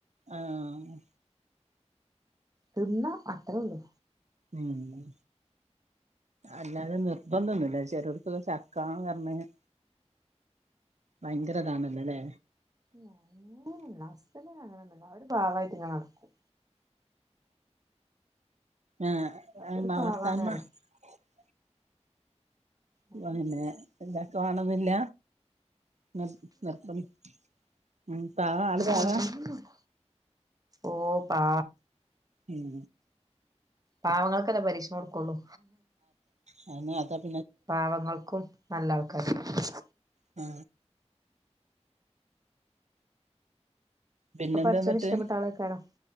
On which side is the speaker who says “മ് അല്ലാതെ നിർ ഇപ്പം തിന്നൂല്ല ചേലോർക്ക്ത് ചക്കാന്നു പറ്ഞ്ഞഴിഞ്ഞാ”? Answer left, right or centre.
Right